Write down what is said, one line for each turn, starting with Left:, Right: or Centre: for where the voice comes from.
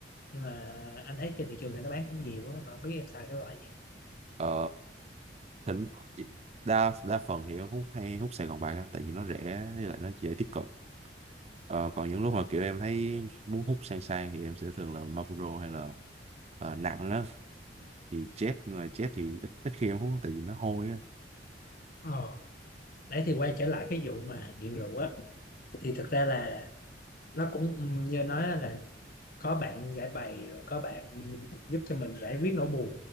Left: nhưng mà anh thấy trên thị trường này nó bán cũng nhiều á mà không biết em xài cái loại gì
Right: ờ, thỉnh đa đa phần thì em hút hay hút Sài Gòn bạc em tại vì nó rẻ với lại nó dễ tiếp cận Ờ, còn những lúc mà kiểu em thấy muốn hút sang sang thì em sẽ thường là Marlboro hay là ờ, nặng á thì Jet nhưng mà Jet thì ít, ít khi em hút tại vì nó hôi á
Left: ờ đấy thì quay trở lại cái vụ mà nghiện rượu á thì thực ra là nó cũng ừ, như nói là có bạn giải bày rồi có bạn giúp cho mình giải quyết nỗi buồn